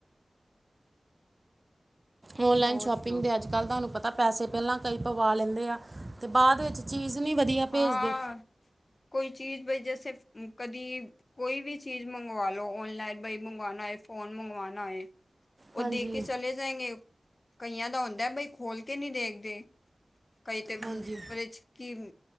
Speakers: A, on the right; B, on the left.
A: ਔਨਲਾਈਨ
B: ਹੋਰ
A: ਸ਼ੋਪਿੰਗ
B: ਸੁਣਾਓ
A: ਦੇ ਅੱਜ-ਕੱਲ ਤਾਨੂੰ ਪਤਾ ਪੈਸੇ ਪੈਲਾਂ ਕਈ ਪਵਾ ਲੈਂਦੇ ਆ ਤੇ ਬਾਅਦ ਵਿੱਚ ਚੀਜ਼ ਨੀ ਵਧੀਆ ਭੇਜਦੇ
B: ਹਾਂ ਕੋਈ ਚੀਜ਼ ਬਈ ਜੈਸੇ ਕਦੀ ਕੋਈ ਵੀ ਚੀਜ਼ ਮੰਗਵਾ ਲੋ ਔਨਲਾਈਨ ਬਈ ਮੰਗਵਾਣਾ ਹੈਏ ਫੋਨ ਮੰਗਵਾਣਾ ਹੋਏ ਓ
A: ਹਾਂਜੀ
B: ਦੇ ਕੇ ਚਲੇ ਜਾਏਂਗੇ ਕਈਆਂ ਦਾ ਹੁੰਦਾ ਬਈ ਖੋਲ ਕੇ ਨੀ ਦੇਖਦੇ ਕਈ ਤੇ ਵ੍ਰੇਚ
A: ਹਾਂਜੀ
B: ਕਿ